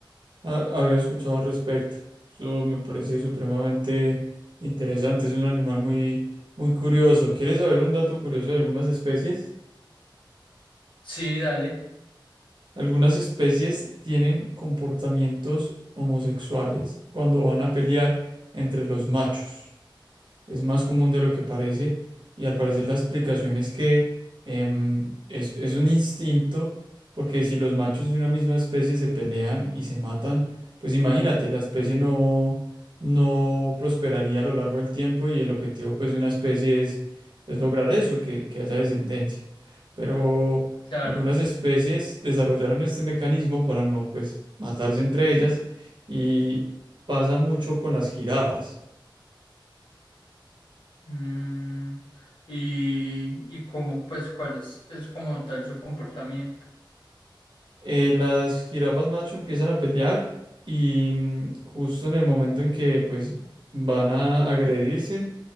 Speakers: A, on the right (about 65°); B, on the left (about 70°).
A: ha- había escuchado al respecto. Eso me parece supremamente interesante. Es un animal muy, muy curioso. ¿Quieres saber un dato curioso de algunas especies?
B: Sí, dale,
A: Algunas especies tienen comportamientos homosexuales cuando van a pelear entre los machos. es más común de lo que parece y al parecer la explicación es que em, es, es un instinto porque si los machos de una misma especie se pelean y se matan, pues imagínate, la especie no, no prosperaría a lo largo del tiempo y el objetivo pues de una especie es, es lograr eso, que, que haya descendencia. Pero
B: claro.
A: algunas especies desarrollaron este mecanismo para no pues matarse entre ellas y pasa mucho con las jirafas.
B: Mm, y, y como, pues, cuál es, es como tal su comportamiento.
A: eh, las jirafas macho empiezan a pelear y mm, justo en el momento en que pues van a agredirse,